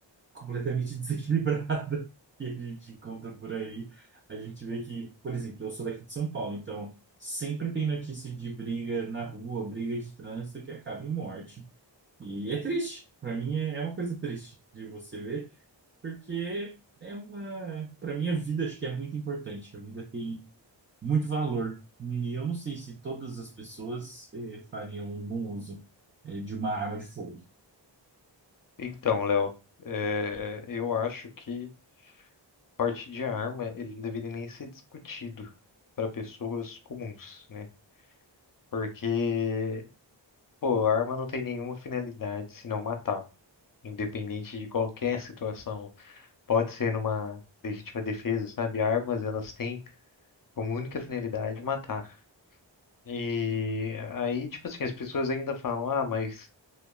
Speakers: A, on the right (about 25°); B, on the left (about 45°).
A: completamente <laughs> desequilibrada que a gente encontra por aí. A gente vê que, por exemplo, eu sou daqui de São Paulo, então sempre tem notícia de briga na rua, briga de trânsito que acaba em morte. E é triste. Para mim é é uma coisa triste de você ver, porque é uma, para mim a vida acho que é muito importante. A vida tem muito valor. E eu não sei se todas as pessoas eh, fariam um bom uso eh, de uma arma de fogo.
B: Então, Léo, é, eu acho que porte de arma ele não deveria nem ser discutido para pessoas comuns, né? Porque, pô, a arma não tem nenhuma finalidade senão matar, independente de qualquer situação. Pode ser numa legítima defesa, sabe? Armas, elas têm como única finalidade matar. E aí, tipo assim, as pessoas ainda falam, ah, mas